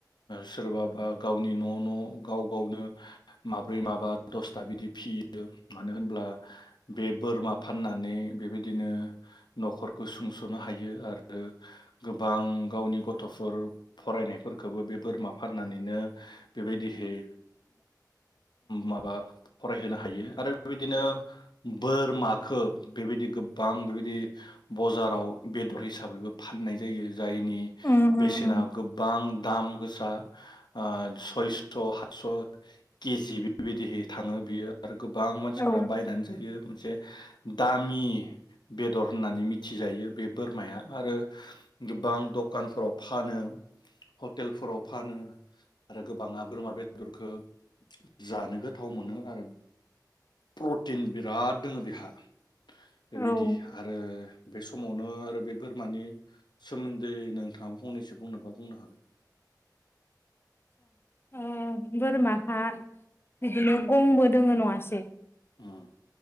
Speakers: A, on the left; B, on the left.
A: सोरबाबा गावनि न' न' गाव गावनो माब्रै माबा दसथा बिदि फियो मानो होनब्ला बे बोरमा फाननानै बेबायदिनो न'खरखौ सुंस'नो हायो आरो। गोबां गावनि ग थ'फोर फरायनायफोरखौबो बे बोरमा फाननानैनो बेबायदिहै माबा फरायहोनो हायो आरो बेबायदिनो बोरमा खो बेबायदि गोबां बेबायदि बजाराव बेदर हिसाबैबो फाननाय जायो। जायनि
B: उम
A: बेसेना
B: उम
A: गोबां दाम गोसा ओ सयस' हातस' केजि बेबायदिहै थाङो बियो। आरो गोबां मानसिफोरा
B: औ
A: बायनानै जायो मोनसे दामि बेदर होननानै मिथिजायो बे बोरमाया आरो गोबां दखानफोराव फानो हटेलफोराव फानो आरो गोबाङा बोरमा बेदरखौ जानो गोथाव मोनो आरो प्रटिन बिराद दङो बेहा बेबायदि
B: औ
A: आरो बे समावनो आरो बे बोरमानि सोमोन्दै नोंथाङा फंनैसो बुंनोबा बुंनो हागोन।
B: ए बोरमाहा बिदिनो गंबो दोङो नङासै?
A: उम